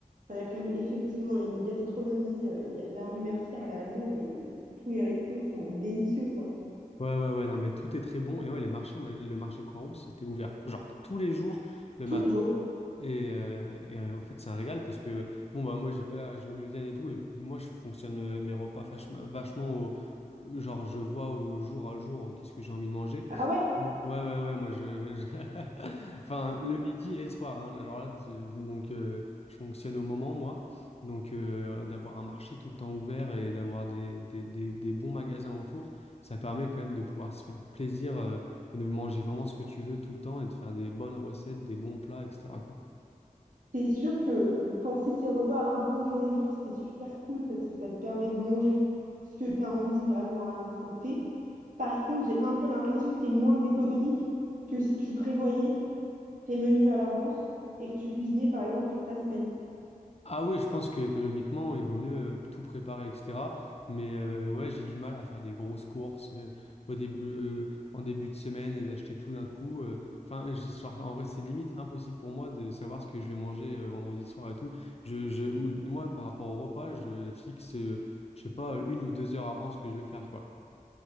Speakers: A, on the right (about 65°); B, on the left (about 45°).
A: enfin, il y a quand même effectivement une gastronomie. euh, il y a- la rue Mercière, elle est à Lyon, mais tous les restos sont délicieux, quoi.
B: Ouais, ouais, ouais, non, mais tout est très bon. Et ouais, les marchés, moi, le marché de Croix-Rousse, il était ouvert, genre tous les jours, le
A: Tous
B: matin.
A: les jours.
B: Et, euh, et, euh, en fait, c'est un régal parce que, bon, bah, moi, j'ai pas l'air au gluten et tout. Et puis, moi, je fonctionne euh, mes repas vachement, vachement au, au- genre, je vois au jour à jour euh, qu'est-ce que j'ai envie de manger.
A: Ah ouais?
B: Ouais, ouais, ouais, moi, je, <laughs> je- Enfin, le
A: Mm.
B: midi et le soir. hein. Là, genre là, tu- donc, euh, je fonctionne au moment, moi. Donc, euh, d'avoir un marché tout le temps ouvert et d'avoir des, des- des- des bons magasins autour, ça permet quand même de pouvoir se faire plaisir, euh, et de manger vraiment ce que tu veux tout le temps et de faire des bonnes recettes, des bons plats, etc., quoi.
A: C'est sûr que euh, penser ses repas un peu au jour le jour, c'est super cool parce que ça te permet de manger ce que tu as envie vraiment à l'instant T. Par contre, j'ai un peu l'impression que c'est moins économique que si tu prévoyais tes menus à l'avance et que tu cuisinais par exemple pour ta semaine.
B: Ah oui, je pense que économiquement, il vaut mieux euh, tout préparer, etc. Mais euh, ouais, j'ai du mal à faire des grosses courses euh, au début, euh, en début de semaine et d'acheter tout d'un coup. euh. Enfin, je- genre, en vrai, c'est limite impossible pour moi de savoir ce que je vais manger euh, vendredi soir et tout. Je, je, moi, par rapport au repas, je fixe, euh, je sais pas, une ou deux heures avant ce que je vais faire, quoi.